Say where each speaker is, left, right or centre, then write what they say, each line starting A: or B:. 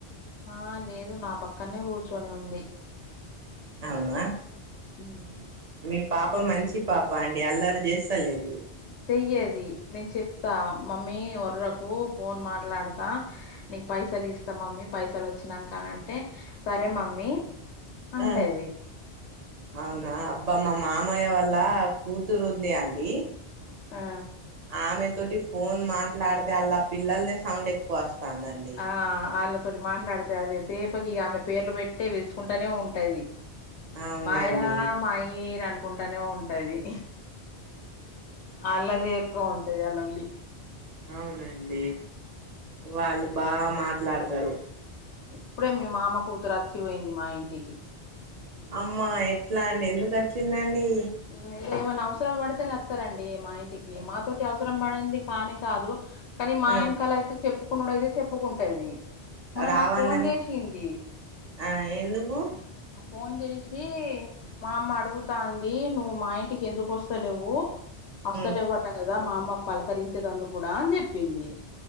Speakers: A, on the left; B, on the right.
A: ఆ లేదు నా పక్కనే కూర్చొని ఉంది
B: అవునా
A: ఉమ్
B: మీ పాప మంచి పాప అండి అల్లరి చేస్తా లేదు
A: చెయ్యేది నేను చెప్తా మమ్మీ ఒర్రకు ఫోన్ మాట్లాడతా నీకు పైసలు ఇస్తా మమ్మీ పైసలు వచ్చినాక అంటే సరే మమ్మీ అంటది
B: ఆ అవునా అబ్బా మా మామయ్య వాళ్ళ కూతురు ఉంది అండి
A: ఆ
B: ఆమె తోటి ఫోన్ మాట్లాడితే అళ్లా పిల్లదే సౌండ్ ఎక్కువ వస్తుందండి
A: ఆ ఆళ్ళతోటి మాట్లాడితే అదే తేపకి ఆమె పేర్లు బెట్టే పిలుసుకుంటానే ఉంటది
B: అవునండి
A: మైరా మాయి అనుకు కుంటనే ఉంటది అళ్ళదే ఎక్కువ ఉంటది ఆలొల్లి
B: అవునండి వాళ్ళు బాగా మాట్లాడతరు
A: ఇప్పుడే మీ మామ కూతురు అచ్చిపోయింది మా ఇంటికి
B: అమ్మ ఎట్లా అండి ఎందుకు వచ్చిందండి
A: ఉమ్ ఇగ ఏమన్నా అవసరం పడితేనే వత్తరండి మా ఇంటికి మాతోటి అవసరం బడంది కానే కాదు కానీ మా
B: ఆ
A: యెనకాల అయితే చెప్పుకునుడు అయితే చెప్పుకుంటది మొన్న
B: రావాలని
A: నాకు ఫోన్ చేసింది
B: ఆ ఎందుకు
A: ఫోన్ చేసి మా అమ్మ అడుగుతాం ది నువ్వు మా ఇంటికి ఎందుకు వస్తలేవు వస్తలేవుట్
B: ఉమ్
A: అంట గదా మా అమ్మకు పలకరించేతందుకు గూడా అని చేప్పింది